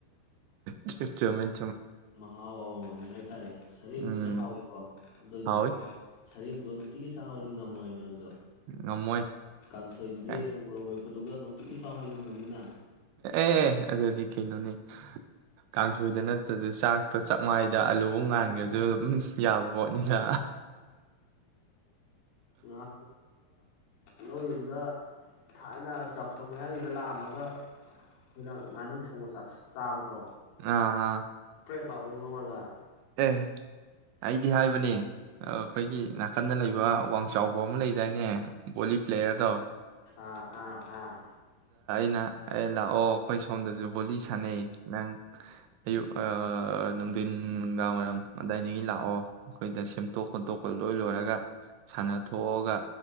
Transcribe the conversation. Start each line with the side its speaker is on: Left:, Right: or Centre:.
Right: ꯆ ꯆꯣꯃꯦ
Left: ꯃꯍꯥꯎ ꯑꯃꯃꯝꯅꯦ ꯍꯥꯏꯇꯥꯔꯦ ꯁꯔꯦꯡꯁꯨ
Right: ꯎꯝ
Left: ꯍꯥꯎꯋꯤꯀꯣ ꯑꯗꯨꯏꯁꯨ
Right: ꯍꯥꯎꯋꯤ
Left: ꯁꯔꯦꯡꯗꯣ ꯅꯨꯡꯇꯤꯒꯤ ꯆꯥꯕꯗꯤ ꯉꯝꯃꯣꯏꯕ ꯅꯪꯗꯣ
Right: ꯉꯝꯃꯣꯏ
Left: ꯀꯥꯟꯁꯣꯏ ꯑꯗꯨꯗꯤ
Right: ꯀꯥꯏ
Left: ꯃꯣꯔꯝ ꯑꯗꯨꯗꯨꯒ ꯅꯨꯡꯇꯤꯒꯤ ꯁꯥꯎ ꯍꯥꯏꯕꯤꯕꯅꯤꯅ
Right: ꯑꯦ ꯑꯗꯨꯗꯤ ꯀꯩꯅꯣꯅꯤ ꯀꯥꯡꯁꯣꯏꯗ ꯅꯠꯇ꯭ꯔꯁꯨ ꯆꯥꯛꯇ ꯆꯥꯛꯋꯥꯥꯏꯗ ꯑꯂꯨꯕꯨ ꯉꯥꯟꯈ꯭ꯔꯁꯨ ꯑꯗꯨꯝ ꯌꯥꯕ ꯄꯣꯠꯅꯤꯅ
Left: ꯅꯍ ꯂꯧꯣꯏ ꯌꯨꯝꯗ ꯊꯥꯏꯅ ꯆꯥꯛꯊꯪ ꯃꯌꯥꯏꯒꯤꯗ ꯂꯥꯛꯑꯝꯃꯒ ꯑꯩꯈꯣꯏꯅ ꯉꯥꯅꯨ ꯊꯧꯕ ꯆꯥꯕꯗꯣ
Right: ꯑꯥ ꯑꯥ
Left: ꯂꯥꯎꯑꯣꯏ ꯉꯧꯔꯒ
Right: ꯑꯦ ꯑꯩꯗꯤ ꯍꯥꯏꯕꯅꯦ ꯑꯩꯈꯣꯏꯒꯤ ꯅꯥꯀꯟꯗ ꯂꯩꯕ ꯋꯥꯡ ꯆꯥꯎꯕ ꯑꯃ ꯂꯩꯗꯥꯏꯅꯦ ꯕꯣꯂꯤ ꯄ꯭ꯂꯦꯌꯔꯗꯣ
Left: ꯑꯥ ꯑꯥ ꯑꯥ
Right: ꯑꯗꯨ ꯑꯩ ꯂꯥꯛꯑꯣ ꯑꯩꯈꯣꯏ ꯁꯣꯝꯗꯁꯨ ꯍꯕꯣꯂꯤ ꯁꯥꯟꯅꯩ ꯅꯪ ꯑꯌꯨꯛ ꯅꯨꯡꯊꯤꯟ ꯅꯨꯡꯗꯥꯡ ꯋꯥꯏꯔꯝ ꯑꯗꯨꯗꯥꯏꯗꯒꯤ ꯂꯥꯛꯑꯣ ꯑꯩꯈꯣꯏꯗ ꯁꯦꯝꯇꯣꯛ ꯈꯣꯠꯇꯣꯛꯄ ꯂꯣꯏ ꯂꯣꯏꯔꯒ ꯁꯥꯟꯅꯊꯣꯛꯑꯒ